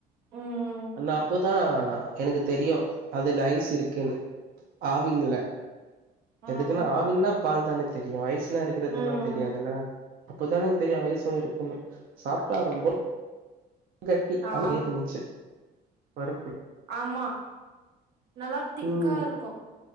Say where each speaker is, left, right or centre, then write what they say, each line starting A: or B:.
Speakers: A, on the right; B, on the right.
A: ம்
B: ஆன அப்போதா அ எனக்கு தெரியு அதுல ஐஸ் இரு க்குன்னு ஆவின்ல
A: ம்
B: எதுக்குனா ஆவின்னா பால் தான தெரியு ஐஸ் லா இருக்குறதுல்லா
A: ம்
B: தெரியாதுல்ல அப்பதா எனக் தெரியு ஐஸ்ஸு இருக்குன்னு சாப்ட்டா ரொம்ப கட்டி <unintelligible>
A: ஆ
B: இருந்துச்சு பரு
A: ஆமா நல்லா திக்கா
B: ம்
A: இருக்கு